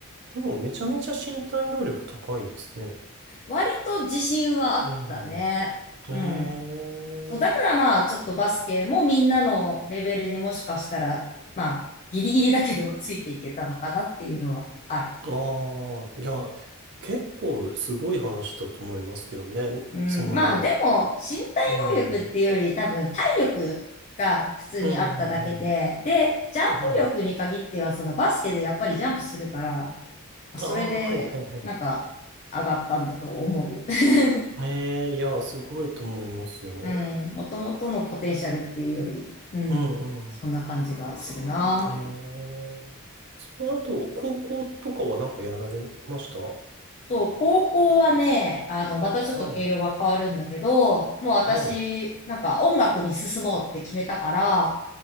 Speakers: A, on the right (about 55°); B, on the left (about 35°).
A: でもめちゃめちゃ身体能力高いですね。
B: 割と自信はあったね。
A: う
B: うん。
A: ん。ええ
B: そう、だからまあ、ちょっとバスケもみんなのレベルにもしかしたら、まあ、ギリギリだけどついていけたのかなっていうのはある。
A: ーああ、いや、結構すごい話だと思いますけどね。
B: うん、
A: その、
B: まあ、でも、身体能力っていうより多分体力が普通にあっただけで、
A: うん、うん、うん、うん。
B: で、ジャンプ力に限っては、
A: はい。
B: そのバスケでやっぱりジャンプするから、
A: ああ、
B: それで、
A: はい、はい、はい。
B: なんか、上がったんだと思う。<laughs>
A: ええいや、すごいと思いますよ。
B: うん、もともとのポテンシャルっていうより、うん、
A: うん、
B: そんな感じがするな。
A: うん。ええその後、高校とかはなんかやられましたは
B: そう、高校はね、あの、またちょっと毛色が変わるんだけど、
A: い。
B: もう私、
A: はい。
B: なんか音楽に進もうって決めたから、